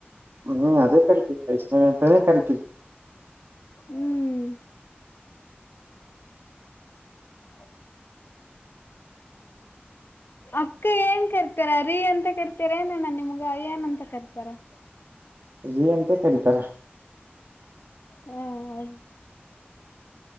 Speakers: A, on the right (about 65°); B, on the left (about 65°).
A: ಹ್ಮ್ ಅದೇ ಕರಿತೀವಿ ವೈಷ್ಣವಿಯ ಅಂತಾನೇ ಕರಿತೀವಿ
B: ಹ್ಮ್ ಹ <inaudible> ಅಕ್ಕ ಏನ್ ಕರ್ತಾರ ರೀ ಅಂತ ಕರ್ತಾರ ಏನ ನ ನಿಮ್ಗ ಅಯ್ಯನ ಅಂತ ಕರ್ತಾರ <inaudible>
A: ರೀ ಎಂತ ಕರತಾರ
B: ಹ